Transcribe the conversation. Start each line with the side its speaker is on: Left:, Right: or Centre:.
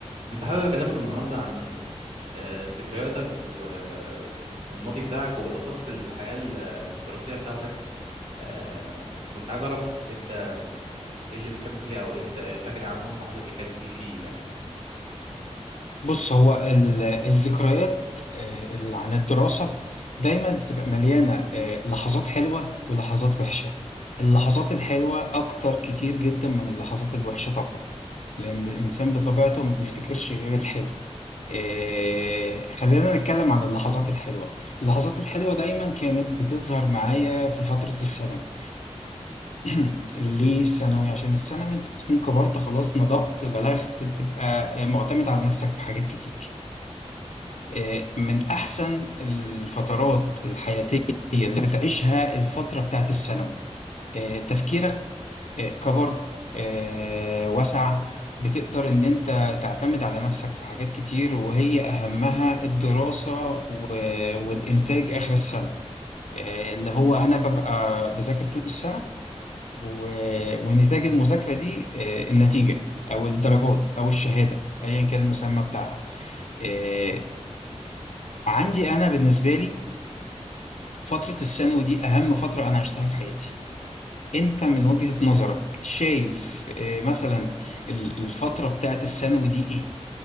Right: كنت حابب أكلمك النهاردة عن آه، ذكرياتك و... والماضي بتاعك وبالأخص الحياة الدراسية بتاعتك آه، كنت عايز أعرف أنت إيه اللي بتحبه فيها أو إيه أنت فاكر عنهم وحابب تتكلم فيه فيه يعني.
Left: بص هو ال- الذكريات آه، اللي عن الدراسة دايما بتبقى مليانة آه، لحظات حلوة ولحظات وحشة اللحظات الحلوة أكتر كتير جدا من اللحظات الوحشة طبعا لأن الإنسان بطبيعته ما بيفتكرش غير الحلو آه، خلينا نتكلم عن اللحظات الحلوة اللحظات الحلوة دايما كانت بتظهر معايا في فترة الثانوي <clears throat> ليه الثانوي عشان الثانوي انت بتكون كبرت خلاص نضجت بلغت بتبقى آه، معتمد على نفسك في حاجات كتير آه، من أحسن الفترات الحياتية اللي بتعيشها الفترة بتاعت الثانوي آه، تفكيرك آه، كبر آه، وسع بتقدر إن أنت تعتمد على نفسك في حاجات كتير وهي أهمها الدراسة و- والإنتاج آخر السنة آه، اللي هو أنا ببقى بذاكر طول السنة و- ونتاج المذاكرة دي آه، النتيجة أو الدرجات أو الشهادة أيا كان المسمى بتاعها آه، عندي انا بالنسبه لي فتره الثانوي دي اهم فتره انا عشتها في حياتي انت من وجهه نظرك شايف آه، مثلا ال- الفتره بتاعت الثانوي دي ايه